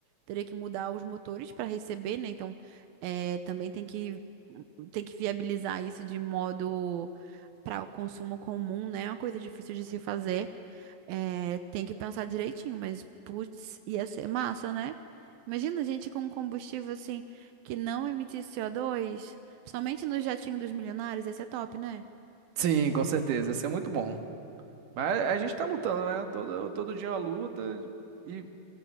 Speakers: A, on the right; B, on the right.
A: Teria que mudar os motores para receber, né? Então, eh, também tem que, tem que viabilizar isso de modo para o consumo comum, né? É uma coisa difícil de se fazer. É, tem que pensar direitinho, mas putz, ia ser massa, né? Imagina a gente com um combustível assim que não emitisse CO2, principalmente no jatinho dos milionários, ia ser top, né?
B: Sim, com certeza. Isso é muito bom. Mas a gente tá lutando, né? Todo, todo dia é uma luta e